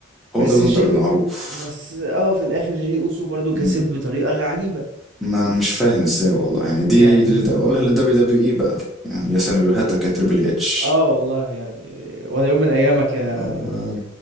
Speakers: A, on the right; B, in the centre.
A: بس
B: هو ده جونتر
A: جيمي
B: المعروف
A: بس اه في الاخر جي اوسو برضو
B: مم.
A: كسب بطريقة عجيبة
B: ما مش فاهم ازاي والله يعني دي
A: يعني
B: دي دي- اقولها للدبليو دبليو اي بقى يعني يا سيناريوهاتك يا تريبل اتش
A: اه والله يعني ولا يوم من ايامك يا
B: آه،